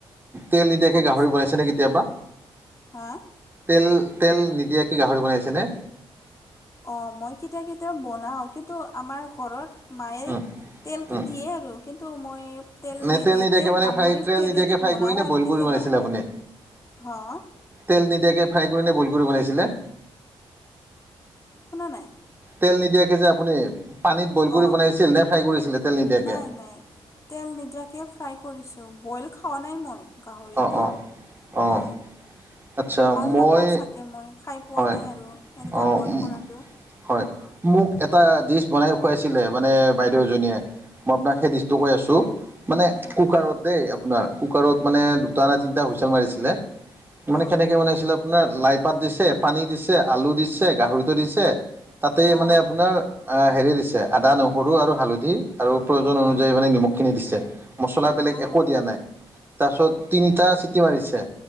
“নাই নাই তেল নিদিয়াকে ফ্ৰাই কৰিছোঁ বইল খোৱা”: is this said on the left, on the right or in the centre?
Left